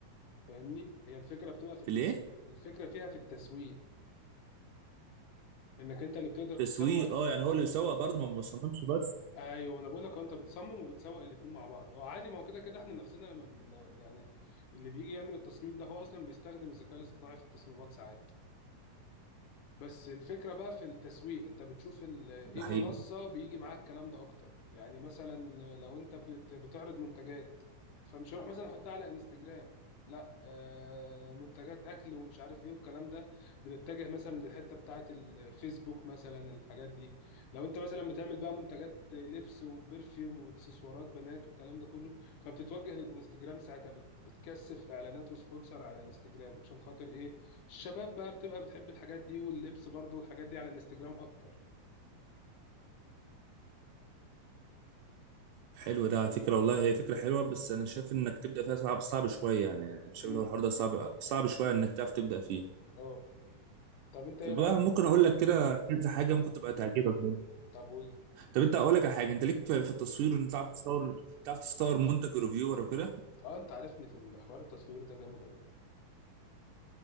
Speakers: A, on the left; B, on the right.
A: فاهمني هي الفكرة بتبقى في
B: في
A: التسويق
B: الإيه؟
A: الفكرة فيها في التسويق انك انت اللي بتقدر تسوق
B: تسويق
A: ال-
B: اه
A: اه
B: يعني هو اللي بيسوق
A: انت ال...
B: برضه ما بصممش بس
A: ايوه انا بقول لك هو انت بتصمم وبتسوق الاتنين مع بعض هو عادي ما هو كده كده احنا نفسنا لما بن... يعني اللي بيجي يعمل التصميم ده هو اصلا بيستخدم الذكاء الاصطناعي في التصميمات ساعات بس الفكرة بقى في التسويق انت بتشوف ال- ايه
B: ده حقيقي
A: منصة بيجي معاك الكلام ده اكتر يعني مثلا لو انت بت- بتعرض منتجات فمش هروح مثلا احطها على انستجرام لا آه منتجات اكل ومش عارف ايه والكلام ده بنتجه مثلا للحتة بتاعة الفيسبوك مثلا الحاجات دي لو انت مثلا بتعمل بقى منتجات لبس وبرفيوم واكسسوارات بنات والكلام ده كله فبتتوجه للانستجرام ساعتها بت- بتكثف اعلانات وسبونسر على انستجرام عشان خاطر ايه الشباب بقى بتبقى بتحب الحاجات دي واللبس برضو والحاجات دي على الانستجرام اكتر
B: حلو ده على فكره والله هي فكره حلوه بس انا شايف انك تبدا فيها صعب صعب شويه يعني أنا شايف
A: امم
B: إن هو الحوار ده صعب صعب شويه انك تعرف تبدا فيه
A: اه طب انت ايه
B: طب
A: رايك
B: بقى ممكن
A: عندك
B: اقول
A: حاجه
B: لك كده كذا حاجه ممكن تبقى تعجبك برضه
A: طب قول لي.
B: طب انت اقول لك على حاجه انت ليك في في التصوير وان انت تعرف تصور تعرف تصور منتج ريفيور وكده
A: اه انت عارفني في الحوار التصوير ده جامد قوي